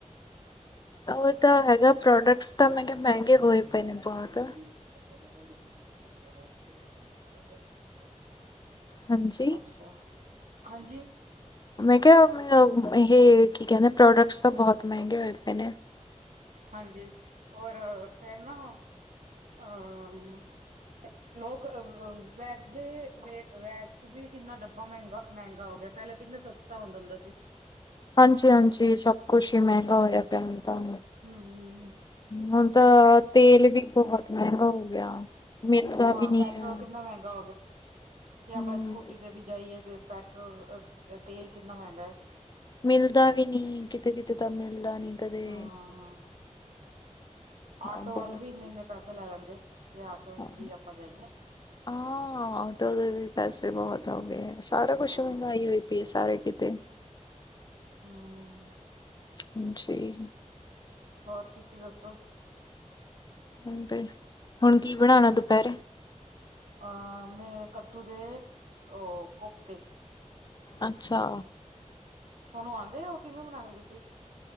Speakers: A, on the left (about 35°); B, on the right (about 75°).
A: ਉਹ ਤਾਂ ਹੈਗਾ ਪ੍ਰੋਡਕਟਸ ਤਾਂ
B: <unintelligible>
A: ਮੈਂ ਕਿਹਾ ਮਹਿੰਗੇ ਹੋਏ ਪਏ ਨੇ ਬਹੁਤ। ਹਾਂਜੀ
B: ਅੱਛਾ ਹਾਂਜੀ।
A: ਮੈਂ ਕਿਹਾ ਇਹ ਕੀ ਕਹਿੰਦੇ ਪ੍ਰੋਡਕਟਸ ਤਾਂ ਬਹੁਤ ਮਹਿੰਗੇ ਹੋਏ ਪਏ ਨੇ।
B: ਹਾਂਜੀ ਔਰ ਫੇਰ ਨਾ ਅ ਲੋਕ ਵੈਕਸ ਦੇ ਵੈਕਸ ਵੀ ਕਿੰਨਾ ਡੱਬਾ ਮਹਿੰਗਾ ਮਹਿੰਗਾ ਹੋ ਗਿਆ। ਪਹਿਲਾਂ ਕਿੰਨਾ ਸਸਤਾ ਹੁੰਦਾ ਹੁੰਦਾ ਸੀ।
A: ਹਾਂਜੀ ਹਾਂਜੀ ਸਭ ਕੁਛ ਹੀ ਮਹਿੰਗਾ ਹੋਇਆ ਪਿਆ ਹੁਣ ਤਾਂ। ਹ
B: ਹਮ
A: ਹੁਣ ਤਾਂ ਤੇਲ ਵੀ ਬਹੁਤ ਮਹਿੰਗਾ ਹੋ ਗਿਆ। ਮਿਲਦਾ
B: ਹਾਂ
A: ਵੀ ਨੀ
B: ਪੈਟਰੋਲ
A: ਹੈ।
B: ਕਿੰਨਾ ਮਹਿੰਗਾ ਕੀ ਆਪਾਂ
A: ਹਮ
B: ਸਕੂਟੀ ਤੇ ਵੀ ਜਾਈਏ ਤੇ ਪੈਟਰੋਲ ਤੇਲ ਕਿੰਨਾ ਮਹਿੰਗਾ ਹੈ।
A: ਮਿਲਦਾ ਵੀ ਨਹੀਂ ਕਿਤੇ ਕਿਤੇ ਤਾਂ ਮਿਲਦਾ ਨੀ ਕਦੇ।
B: ਹਾਂ ਆਟੋ
A: ਹਾਂ ਬਹੁਤ
B: ਵਾਲੇ ਵੀ ਇੰਨੇ ਇੰਨੇ ਪੈਸੇ ਲੈ ਲੈਂਦੇ। ਜੇ ਆਟੋ ਵਿੱਚ
A: ਹਾਂ
B: ਵੀ ਆਪਾਂ ਜਾਈਏ
A: ਆਟੋ ਦੇ ਵੀ ਪੈਸੇ ਬਹੁਤ ਹੋ ਗਏ ਹੈ। ਸਾਰਾ ਕੁਛ
B: ਹਾਂ
A: ਮਗਾਈ ਹੋਈ ਪਈਏ ਸਾਰੇ ਕਿਤੇ।
B: ਹਮ।
A: ਹ ਜੀ।
B: ਹੋਰ ਤੁਸੀਂ ਦੱਸੋ?
A: ਹ ਹੁਣ ਕੀ ਬਣਾਉਣਾ ਦੁਪਹਿਰੇ?
B: ਅਹ ਮੈਂ ਕੱਦੂ ਦੇ ਉਹ ਕੋਫਤੇ।
A: ਅੱਛਾ।
B: ਤੁਹਾਨੂੰ ਆਉਂਦੇ ਹੋ ਕਿਵੇਂ ਬਨਾਉਂਦੇ ਤੁਸੀਂ?